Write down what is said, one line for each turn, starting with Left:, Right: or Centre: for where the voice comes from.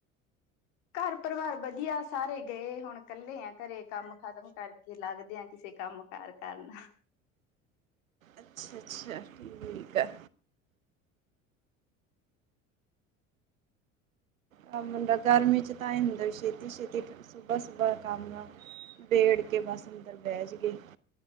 Left: ਘਰ-ਪਰਿਵਾਰ ਵਧੀਆ ਸਾਰੇ ਗਏ ਹੁਣ ਕੱਲੇ ਆ ਘਰੇ ਕੰਮ ਖਤਮ ਕਰਕੇ ਲੱਗਦੇ ਆ ਕਿਸੇ ਕੰਮਕਾਰ ਕਰਨ।
Right: ਅੱਛਾ-ਅੱਛਾ ਠੀਕ ਆ। ਕੰ ਮਤਲਬ ਗਰਮੀ 'ਚ ਤਾਂ ਆਏ ਹੁੰਦਾ ਵੀ ਛੇਤੀ-ਛੇਤੀ ਸੁਬਹ-ਸੁਬਹ ਦਾ ਕੰਮ। ਵੇੜ ਕੇ ਬਸ ਅੰਦਰ ਬਹਿਜ ਗਏ।